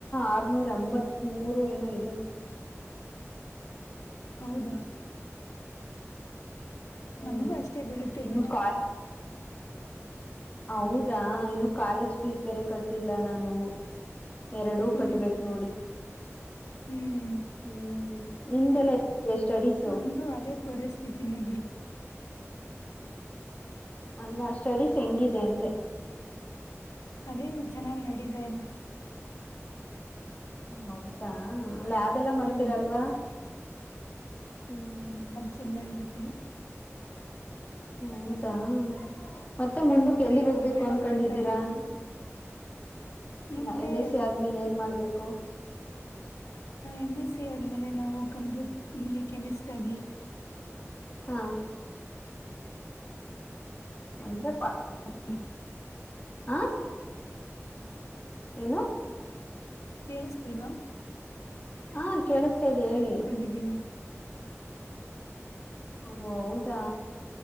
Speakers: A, on the left; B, on the left.
A: ಆರ್ನೂರ ಎಂಬತ್ ಮೂರು ಏನೋ ಇದೆ
B: ಹೌದಾ
A: ಹ್ಮ್
B: ನಮ್ಗೂ ಅಷ್ಟೇ ಬೀಳುತ್ತೆ
A: ಇನ್ನು
B: ಬಿಟ್ಟು
A: ಕಾಲ ಹೌದಾ ಇನ್ನು ಕಾಲೇಜ್ ಫೀಸ್ ಬೇರೆ ಕಟ್ಟಿಲ್ಲ ನಾನು ಎರಡೂ
B: ಹ್ಮ್
A: ಕಟ್ಬೇಕಕ್ ನೋಡಿ
B: ಹ್ಮ್
A: ಹ್ಮ್ ನಿಮ್ದೆಲ್ಲ ಇದೆ ಸ್ಟಡೀಸ್
B: ನಮ್ಮದು ಅದೇ ಪರಿಸ್ಥಿತಿನೇ ಬಿಡಿ
A: ಅಲ್ಲ ಸ್ಟಡೀಸ್ ಹೆಂಗಿದೆ ಅಂದೆ
B: ಅದೇ ಚೆನ್ನಾಗ್ ನಡೀತಾ ಇದೆ
A: ಹೌದಾ ಅಲ್ಲ ಆಬ ಎಲ್ಲಾ ಮಾಡ್ತೀರ
B: ಹ್ಮ್
A: ಅಲ್ವಾ ಹ್ಮ
B: ಸೆಲ್ಲ ಇರುತ್ತೆ
A: ಹೌದಾ ಮತ್ತೆ ಮುಂದಕ್ಕೆ
B: ತುಂಬಾ
A: ಎಲ್ಲಿಗ್
B: ಪ್ರಯೋಗಗಳನ್ನ
A: ಹೋಗ್ಬೇಕು ಅನ್ಕೊಂಡಿದ್ದೀರಾ
B: ಮಾಡ್ತಾ ಇರ್ತೀವಿ
A: ಅಲ್ಲ
B: ಮುಂದೆ
A: ಎಂ ಎಸ್ ಸಿ ಆದ್ಮೇಲೆ ಏನ್ ಮಾಡ್ಬೇಕು
B: ಎಮ್ ಎಸ್ ಸಿ ಆದಮೇಲೆ ನಾವು ಕಂಪ್ಯೂ ಹಿಂಗೆ ಕೆಮಿಸ್ಟ್ ಆಗಿ
A: ಹಾ ಅೆ ಪ
B: ಕ
A: ಹಾ ಏನು
B: ಕೇಳಿಸ್ತಿಲ್ವಾ
A: ಹ ಕೇಳಿಸತಾ ಇದ್ದ ಹೇಳಿ
B: ನಿದ್ದೀವಿ
A: ಹ ಹೌದಾ